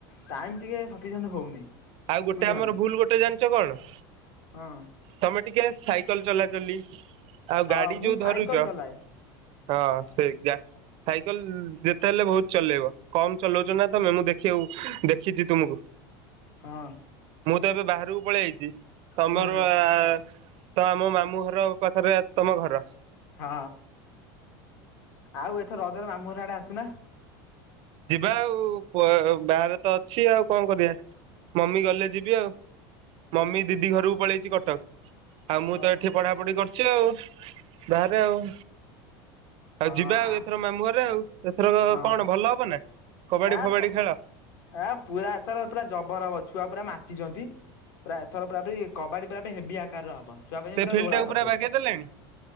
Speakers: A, on the left; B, on the right.
A: ଟାଇମ୍ ଟିକେ ସଫିସିଣ୍ଟ ହଉନି।
B: ଆଉ ଗୋଟେ
A: ବୁଝିଲ
B: ଆମର
A: ନା
B: ଭୁଲ ଗୋଟେ ଜାଣିଚ କଣ?
A: ହଁ।
B: ତମେ ଟିକେ ସାଇକେଲ ଚଲାଚଲି। ଆଉ
A: ହଁ
B: ଗାଡି
A: ମୁଁ
B: ଯୋଉ
A: ସାଇକେଲ
B: ଧରୁଚ
A: ଚଲାଏ
B: ହଁ ସେ ଗା ସାଇକେଲ ଯେତେ ହେଲେ ବହୁତ ଚଲେଇବ କମ ଚଲଉଚ ନା ତମେ ମୁଁ ଦେଖି ଉ ଦେଖିଚୁ ତୁମକୁ।
A: ହଁ।
B: ମୁଁ ତ ଏବେ ବାହାରକୁ ପଳେଇଆଇଚି ତମର
A: ହୁଁ
B: ଆ ତ ଆମ ମାମୁଁ ଘର ପାଖରେ ତମ ଘର।
A: ହଁ ଆଉ ଏଥର ରଜରେ ମାମୁଁ ଘର ଆଡ଼େ ଆସୁନା?
B: ଯିବା ଆଉ ପ ବାହାରେ ତ ଅଛି ଆଉ କଣ କରିବା ମମି ଗଲେ ଯିବି ଆଉ। ମମି ଦିଦି ଘରକୁ ପଳେଇଚି କଟକ। ଆଉ ମୁଁ
A: ଓହୋ
B: ତ ଏଠି ପଢାପଢି କରୁଚି ଆଉ ବାହାରେ ଆଉ।
A: ହଁ
B: ଆଉ ଯିବା ଆଉ
A: ଆ
B: ଏଥର ମାମୁଁ ଘରେ ଆଉ ଏଥର
A: ହଁ
B: କଣ ଭଲ ହବ ନା? କବାଡି
A: ଆ
B: ଫବାଡି
A: ସ
B: ଖେଳ
A: ଆ ପୁରା ଏଥର ପୁରା ଜବର ହବ ଛୁଆ ପୁରା ମାତିଚନ୍ତି। ପୁରା ଏଥର ପୁରା ପୁରୀ କବାଡି ପୁରା ହେବି ଆକାରରେ ହବ। ଛୁଆ କହିଚନ୍ତି
B: ସେ
A: ପୁରା
B: ଫିଲ୍ଡ
A: ରୋଳା
B: ଟାକୁ
A: କରିଦେବେ
B: ବାଗେଇ ଦେଲେଣି